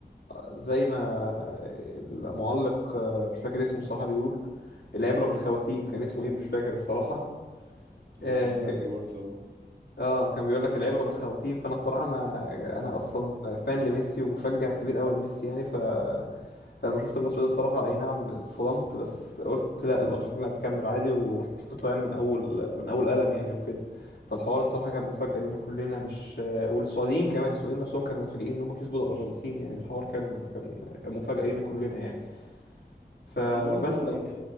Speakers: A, on the left (about 80°); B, on the right (about 65°).
A: زي ما المعلق آه، مش فاكر اسمه الصراحة بيقول العبرة بالخواتيم كان اسمه ايه مش فاكر الصراحة
B: أنا
A: آه
B: مش فاكر برضه
A: آه، كان بيقول لك العبرة بالخواتيم فأنا الصراحة ما أنا أصلا فان لميسي ومشجع كبير أوي لميسي يعني ف فلما شفت الماتش ده الصراحة أي نعم اتصدمت بس قلت لا الأرجنتين هتكمل عادي ومش هتطلع يعني من أول من أول قلم يعني وكده فالحوار الصراحة كان مفاجأة لينا كلنا مش والسعوديين كمان السعوديين نفسهم كانوا متفاجئين إن هم كسبوا الأرجنتين يعني الحوار كان كان كان مفاجأة لينا كلنا يعني فبس
B: ده برضو انت